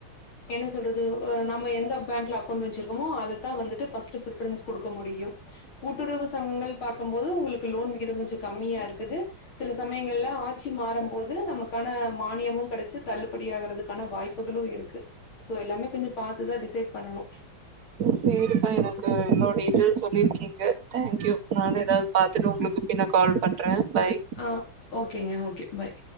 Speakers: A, on the left; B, on the right.
A: என்ன சொல்றது நம்ம எந்த பேங்க்ல அக்கௌண்ட் வச்சிருக்கமோ அததா வந்துட்டு ஃபர்ஸ்ட் பிரிஃபரன்ஸ் குடுக்க முடியு கூட்டுறவு சங்கங்கள் பாக்குபோது உங்களுக்கு லோன் விகித கொஞ்சோ கம்மியா இருக்குது சில சமயங்கள்ல ஆட்சி மாறு போது நமக்கான மானியமு கெடச்சி தள்ளுபடி ஆகறதுக்கான வாய்ப்புகளு இருக்கு சோ எல்லாமே கொஞ்சோ பாத்துதா டிசைட் பண்ணனு
B: சேரிக்கா எனக்கு என்னோட இது சொல்லிருக்கீங்க தேங்க்யூ நானு எதாவது பாத்துட்டு உங்களுக்கு பின்ன கால் பண்ற பாய்
A: அ ஓகேங்க ஓகே பாய்